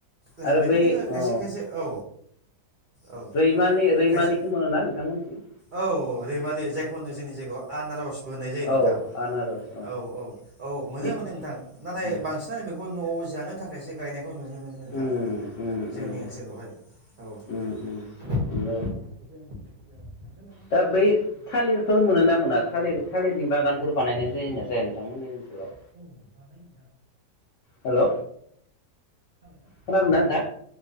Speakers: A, on the right; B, on the left.
A: ओ
B: आरो
A: बेफोरदिनो
B: बै
A: खायसे
B: अ
A: खायसे औ औ
B: रैमालि रैमालिखौ
A: खायसे
B: मोनोना नोंथांमोनिथिं।
A: औ रैमालि जायखौ होनो जोंनि जायगायाव आनारस होननाय जायो नोंथां
B: औ आनारस
A: औ औ औ मोनो
B: थिग
A: मोनो नोंथां नाथाय
B: उम
A: बांसिनानो बेखौ न'आव जानो <unintelligible> नोंथां
B: उम उम
A: जोंनि ओनसोलावहाय औ
B: उम
A: लोगोसे जों ओ खान्थालानो
B: दा
A: मेन जाहैबाय
B: बै
A: जोंनि
B: थालिरफोर मोनोना मोना थालिर थालिरनि बागानफोर बानायनाय जायो ना जाया नोंथांमोननि ओनसोलाव?
A: <unintelligible> खोनाबाय
B: हेल'
A: ना
B: खोनादोंना नोंथां?